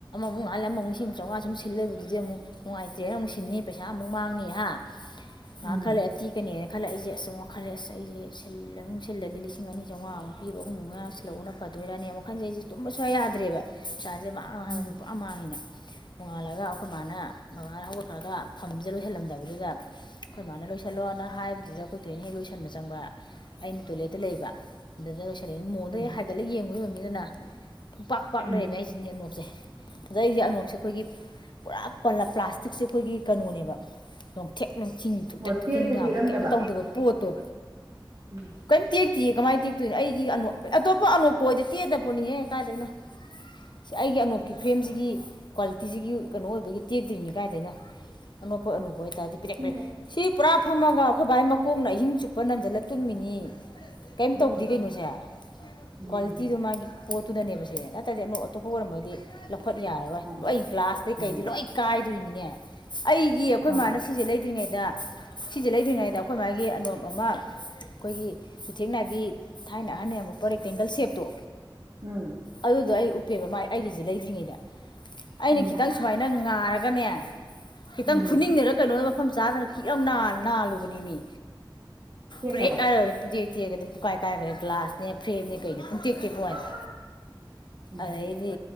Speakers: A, on the left; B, on the right.
A: ꯑꯃꯨꯛꯍꯂ ꯑꯃꯨꯛ ꯂꯤꯁꯤꯡ ꯆꯥꯝꯃꯉꯥ ꯁꯨꯝ ꯁꯤꯜ ꯂꯩꯕꯗꯨꯗꯤ ꯑꯃꯨꯛ ꯅꯨꯡꯉꯥꯏꯇ꯭ꯔꯦ ꯑꯃꯨꯛ ꯁꯤꯟꯅꯤ ꯄꯩꯁꯥ ꯑꯃꯨꯛ ꯃꯥꯡꯅꯤ ꯍꯥ ꯉꯥꯏꯍꯥꯛ
B: ꯎꯝ
A: ꯈꯔ ꯂꯩꯔ ꯇꯦꯛꯀꯅꯤꯅ ꯈꯜꯂꯛ ꯑꯩꯁꯦꯁꯨꯝ ꯋꯥꯈꯜꯂꯦ ꯑꯁ ꯑꯩꯁꯦ ꯁꯤꯜ ꯁꯤꯜꯂꯗꯤ ꯂꯤꯁꯤꯡ ꯑꯅꯤꯥꯆꯝꯃꯉꯃꯨꯛ ꯄꯤꯕ ꯑꯍꯨꯝꯃꯨꯛ ꯁꯤꯜꯂꯧꯕꯅ ꯐꯗꯣꯏꯔꯅꯤ ꯋꯥꯈꯟꯁꯦ ꯑꯩꯁꯦ ꯇꯨꯝꯕ ꯁꯨꯛꯌꯥ ꯌꯥꯗ꯭ꯔꯦꯕ ꯄꯩꯁꯥꯁꯦ
B: ꯎꯝ ꯎꯝ
A: ꯄꯨꯔꯥ ꯃꯥꯡꯉꯦꯅ ꯅꯣꯡꯉꯥꯜꯂꯒ ꯑꯩꯈꯣꯏ ꯃꯥꯅ ꯕꯕꯥꯅ ꯍꯧꯒꯠꯈ꯭ꯔꯒ ꯐꯝꯁꯤ ꯂꯣꯏꯍꯜꯂꯝꯗꯕꯗꯨꯗ ꯑꯩꯈꯣꯏ ꯃꯥꯅ ꯂꯣꯏꯁꯤꯜꯂꯣꯅ ꯍꯥꯏꯕꯗꯨꯗ ꯑꯩꯈꯣꯏ ꯊꯣꯏꯅ ꯍꯦꯛ ꯂꯣꯏꯁꯟꯕ ꯆꯪꯕ ꯑꯩꯅ ꯇꯣꯏꯂꯦꯠꯇ ꯂꯩꯕ ꯑꯗꯨꯗ ꯂꯣꯏꯁꯤꯜꯂꯤꯉꯩ ꯃꯣꯟꯗꯣꯍꯦꯛ
B: ꯎꯝ
A: ꯍꯥꯏꯒꯠꯂ ꯌꯦꯡꯉꯨꯏ ꯑꯣꯏꯝꯅꯤꯗꯅ ꯄꯨꯡꯄꯥꯛ ꯄꯥꯛ
B: ꯎꯝ
A: ꯂꯩꯔꯝꯃꯦ ꯍꯥꯏꯖꯤꯅꯦ ꯑꯅꯣꯞꯁꯦ ꯑꯗ ꯑꯩꯖꯤ ꯑꯅꯣꯞꯁꯦ ꯑꯩꯈꯣꯏꯒꯤ ꯄꯨꯔꯥ ꯄꯜꯂ ꯄ꯭ꯂꯥꯁꯇꯤꯛꯁꯦ ꯑꯩꯈꯣꯏꯒꯤ ꯀꯩꯅꯣꯅꯦꯕ ꯅꯣꯡꯊꯦꯛ ꯅꯨꯡꯆꯤꯡ ꯊꯨꯞꯇꯦꯛ
B: ꯑꯣ
A: ꯊꯦꯛꯆꯤꯟ
B: ꯇꯦꯛꯇꯤ
A: ꯌꯥꯕꯤ
B: ꯇꯦꯛꯑꯝꯗꯕ
A: ꯀꯦꯝ ꯇꯧꯗꯕ ꯄꯣꯠꯇꯣ
B: ꯎꯝ
A: ꯀꯩꯝ ꯇꯦꯛꯇꯤꯌꯦ ꯀꯃꯥꯏ ꯇꯦꯛꯇꯣꯏꯅꯣ ꯑꯩꯒꯤ ꯑꯅꯣ ꯑꯇꯣꯞꯄ ꯑꯅꯣꯛꯄ ꯑꯣꯏꯗꯤ ꯇꯦꯑꯗꯄꯣꯠꯅꯤꯍꯦ ꯀꯥꯏꯗꯩꯅꯣ ꯁꯤ ꯑꯩꯒꯤ ꯑꯅꯣꯛ ꯀꯤ ꯐ꯭ꯔꯦꯝꯖꯤꯒꯤ ꯀ꯭ꯋꯥꯂꯤꯇꯤꯖꯤꯒꯤ ꯀꯩꯅꯣ ꯑꯣꯏꯕꯒꯤ ꯇꯦꯛꯇ꯭ꯔꯤꯅꯤ ꯀꯥꯏꯗꯩꯅꯣ ꯑꯅꯣꯄ ꯑꯅꯣꯄ ꯑꯣꯏꯇꯥꯗꯤ ꯄꯤꯔꯛꯈ꯭ꯔꯦ
B: ꯁꯤꯝꯁꯦ
A: ꯁꯤ ꯄꯨꯔꯥ ꯐꯝꯃꯒ ꯑꯩꯈꯣꯏ ꯕꯥꯏ ꯃꯀꯣꯛꯅ ꯑꯍꯤꯡ ꯆꯨꯞꯄ ꯅꯟꯖꯜꯂ ꯇꯨꯝꯃꯤꯅꯤ ꯀꯩꯝ
B: ꯑꯗꯨꯅꯦ
A: ꯇꯧꯗꯦ ꯀꯩꯅꯣ ꯁꯦ
B: ꯎꯝ
A: ꯀ꯭ꯋꯥꯂꯤꯇꯤꯗꯣ ꯃꯥꯒꯤ ꯄꯣꯠꯇꯨꯗꯅꯦꯕ ꯁꯦ ꯅꯠꯇꯗꯤ ꯑꯅꯣꯛ ꯑꯇꯣꯞꯄ ꯑꯣꯏꯔꯝꯃꯗꯤ ꯂꯧꯈꯠ ꯌꯥꯔꯔꯣꯏ
B: ꯃꯥꯅꯤ
A: ꯂꯣꯏ ꯒ꯭ꯂꯥꯁꯇꯩꯩ
B: ꯎꯝ
A: ꯀꯩꯗꯩ ꯂꯣꯏ ꯀꯥꯏꯗꯣꯔꯤꯃꯤꯅꯦ ꯑꯩꯒꯤ ꯑꯩꯈꯣꯏ
B: ꯃꯥꯅꯤ
A: ꯃꯥꯅ ꯁꯤꯖꯦ ꯂꯩꯗ꯭ꯔꯤꯉꯩꯗ ꯁꯤꯖꯦ ꯂꯩꯗ꯭ꯔꯤꯉꯩꯗ ꯑꯩꯈꯣꯏ ꯃꯥꯒꯤ ꯑꯅꯣꯞ ꯑꯃ ꯑꯩꯈꯣꯏꯒꯤ ꯆꯨꯊꯦꯛ ꯅꯥꯏꯕꯤ ꯊꯥꯏꯅ ꯑꯍꯟꯅ ꯌꯥꯝ ꯎꯞꯄ ꯔꯦꯛꯇꯦꯡꯒꯜ ꯁꯦꯞꯇꯣ
B: ꯎꯝ
A: ꯑꯗꯨꯗꯣ ꯑꯩ ꯎꯞꯄꯦꯕ ꯃꯥꯏ ꯑꯩꯒꯤꯖꯦ ꯂꯩꯗ꯭ꯔꯤꯉꯩꯗ ꯑꯩꯅ
B: ꯎꯝ
A: ꯈꯤꯇꯪ ꯁꯨꯃꯥꯏꯅ ꯉꯥꯔꯒꯅꯦ ꯈꯤꯇꯪ
B: ꯎꯝ
A: ꯈꯨꯅꯤꯡꯅꯔ ꯀꯩꯅꯣ ꯃꯐꯝ ꯆꯥꯗꯅ <unintelligible> ꯅꯥꯜꯂꯨ ꯅꯥꯜꯂꯨꯕꯅꯦꯃꯤ
B: ꯇꯦꯛꯈ꯭ꯔꯕ
A: ꯄ꯭ꯔꯦꯛ ꯍꯥꯏꯔꯒ ꯄꯨꯡꯇꯦꯛ ꯇꯦꯛꯑꯒ ꯑꯗꯨꯝ ꯄꯨꯀꯥꯏ ꯀꯥꯏꯒ꯭ꯔꯦ ꯒ꯭ꯂꯥꯁꯅꯦ ꯐ꯭ꯔꯦꯝꯅꯦ ꯀꯩꯩꯅꯦ ꯄꯨꯡꯇꯦꯛ ꯇꯦꯛꯄ ꯋꯥꯟꯗ
B: <unintelligible> ꯎꯝ
A: ꯑꯗꯩꯗꯤ